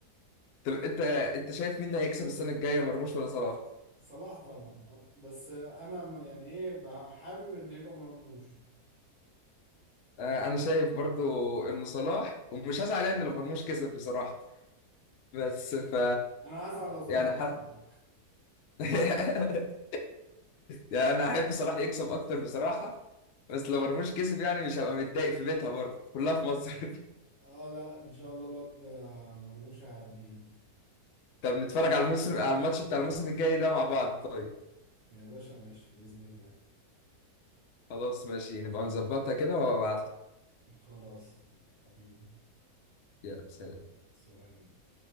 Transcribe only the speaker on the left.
طب انت انت شايف مين اللي هيكسب السنة الجاية مرموش ولا صلاح؟
آه، انا شايف برضو انه صلاح ومش هزعل يعني لو مرموش كسب بصراحة بس ف
يعني
<laughs> يعني انا احب صلاح يكسب اكتر بصراحه بس لو مرموش كسب يعني مش هبقى متضايق في بيتها برضه كلها في مصر <laughs>
طب نتفرج على الموسم على الماتش بتاع الموسم الجاي ده مع بعض طيب
خلاص ماشي نبقى نظبطها كده وهبعت لك
يلا سلام